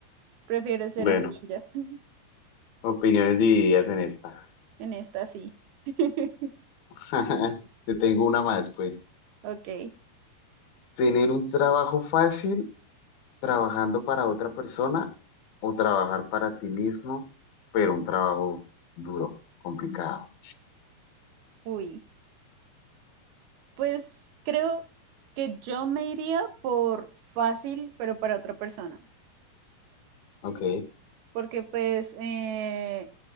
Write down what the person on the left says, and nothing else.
Bueno,
opiniones divididas en esta.
<laughs> Te tengo una más, pues.
¿Tener un trabajo fácil trabajando para otra persona o trabajar para ti mismo, pero un trabajo duro, complicado?
Ok,